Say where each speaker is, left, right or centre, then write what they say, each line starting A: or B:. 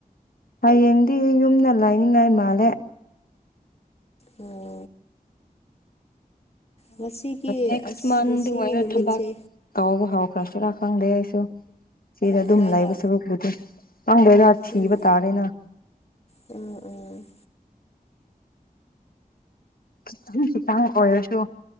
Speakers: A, on the left; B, on the left.
A: ꯍꯌꯦꯡꯗꯤ ꯌꯨꯝꯗ ꯂꯥꯏꯅꯤꯡꯉꯥꯏ ꯃꯥꯜꯂꯦ
B: ꯎꯝ ꯉꯁꯤꯒꯤ
A: ꯅꯦꯛꯁ
B: ꯑꯁ
A: ꯃꯥꯟꯗꯩ
B: ꯉꯁꯤꯒꯤ
A: ꯑꫭꯏꯔ
B: ꯅꯨꯃꯤꯠꯁꯦ
A: ꯊꯕꯛ ꯇꯥꯎꯕ ꯍꯥꯎꯈ꯭ꯔꯁꯤꯔ ꯈꯪꯗꯦ ꯑꯩꯁꯨ ꯆꯦꯗ
B: ꯀꯗꯥꯏꯗ
A: ꯑꯗꯨꯝ ꯂꯩꯕ ꯁꯔꯨꯛꯄꯨꯗꯤ ꯈꯪꯗꯦꯗꯥ ꯊꯤꯕ
B: ꯎꯝ
A: ꯇꯥ꯭ꯔꯦꯅ
B: ꯎꯝ ꯎꯝ
A: ꯈꯤꯇꯪ ꯈꯤꯇꯪ ꯑꯣꯏꯔꯁꯨ